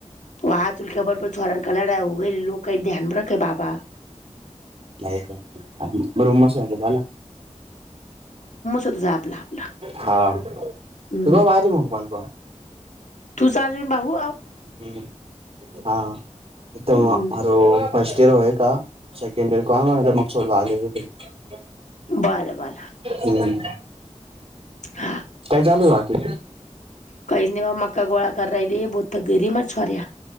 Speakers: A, on the left; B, on the right.
A: व अतुल के बरबर छोरांका लड्या वो वय लोकं ध्यान मे रखे बाबा.
B: नाही <inaudible> म रुम सग बाला.
A: होता जा आपला आपला
B: हां तुका
A: हम्म
B: बाहिरची <inaudible>
A: तुझा अजून भाहू आव.
B: हुं हां
A: हम्म
B: इथव मरों. फर्स्ट इयर होय का सेकंड इयर को गाव आने का म म चोडको आजा <inaudible>
A: बारं बाला.
B: हुं.
A: हा...
B: काय चालुये बाकी
A: काहीच नाही बाबा मक्का गोळा करु राहिले बो थक गेरी रे मा छोर्या